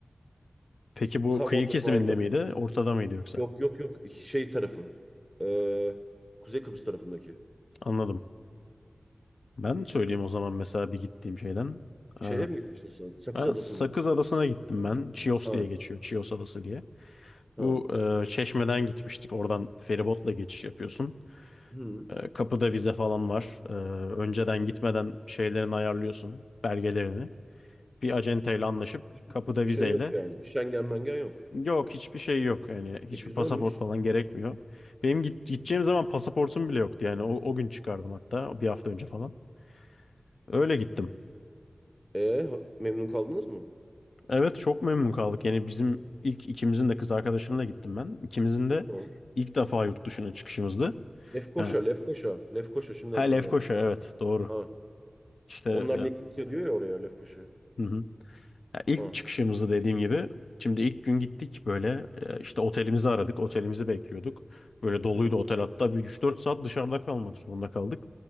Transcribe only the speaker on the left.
Peki bu
kıyı
kesiminde
miydi? Ortada mıydı yoksa?
Anladım. Ben söyleyeyim o zaman mesela bir gittiğim şeyden. Ee,
ben
Sakız
Adası'na gittim ben. Chios
diye geçiyor. Chios Adası diye.
Bu e, Çeşme'den gitmiştik. Oradan feribotla geçiş yapıyorsun.
E, Kapıda vize falan var. E, Önceden gitmeden şeylerini ayarlıyorsun, belgelerini. Bir acenteyle anlaşıp
kapıda
vizeyle.
Yok hiçbir şey yok. Yani hiçbir
pasaport falan gerekmiyor. Benim git- gideceğim zaman pasaportum bile yoktu. Yani o, o gün çıkardım hatta bir hafta önce falan. Öyle gittim.
Evet çok memnun kaldık. Yani bizim ilk ikimizin de kız arkadaşımla gittim ben. İkimizin de
ilk defa yurt dışına çıkışımızdı.
Yani,
ha
Lefkoşa
evet doğru.
İşte
e, hı
hı. Ya ilk
çıkışımızda dediğim gibi şimdi ilk gün gittik böyle e, işte otelimizi aradık. Otelimizi bekliyorduk. Böyle doluydu
otel hatta bir 3-4 saat dışarıda kalmak zorunda kaldık.